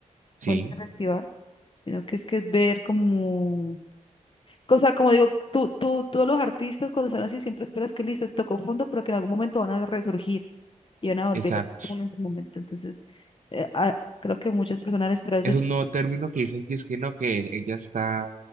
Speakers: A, on the right; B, on the left.
A: sí,
B: bueno, en el festival, sino que es que es ver como o sea, como digo, tú, tú, tú los artistas cuando están así siempre esperas que listo, tocó fondo, pero que en algún momento van a resurgir y van a volver
A: exacto.
B: en ese momento. Entonces, eh, ah, creo que muchas personas esperan eso.
A: Es
B: Yo-
A: un nuevo término que dicen que es que no, que ella está